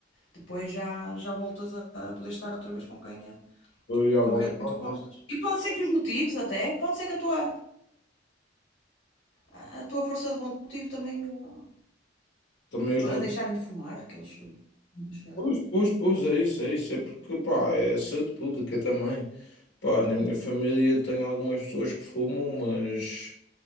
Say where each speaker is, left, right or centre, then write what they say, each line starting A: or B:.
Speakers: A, on the left; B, on the left.
A: Depois já, já voltas a, a poder estar outra vez com quem, é
B: Foi à
A: com
B: volta
A: quem
B: normal.
A: tu gostas. E pode ser que os motivos até, pode ser que a tua, a a tua força de vontade também uh,
B: Também os
A: a
B: motores.
A: deixarem de fumar aqueles uh, chegados.
B: Pois, pois, pois, é isso, é isso. É porque, pá, é saúde pública também. Pá, na minha família tenho algumas pessoas que fumam, mas.